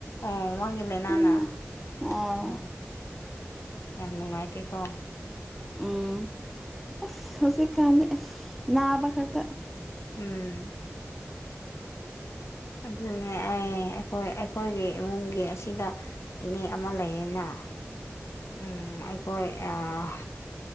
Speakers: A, on the left; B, in the centre.
A: ꯑꯣ ꯃꯥꯒꯤ ꯂꯩꯅꯥꯅꯥ
B: ꯎꯝ ꯑꯥ
A: ꯑꯣ ꯌꯥꯝ ꯅꯨꯡꯉꯥꯏꯇꯦꯀꯣ
B: ꯎꯝ ꯑꯁ ꯍꯧꯖꯤꯛ ꯀꯥꯟꯗꯤ ꯑꯍ ꯅꯥꯕꯈꯛꯇ
A: ꯎꯝ ꯑꯗꯨꯅꯅꯦ ꯑꯩ ꯑꯩꯈꫭꯏ ꯑꯩꯈꯣꯏꯒꯤ ꯏꯃꯨꯡꯒꯤ ꯑꯁꯤꯗ ꯏꯅꯦ ꯑꯃ ꯂꯩꯌꯦꯅ ꯎꯝ ꯑꯩꯈꯣꯏ ꯑꯥ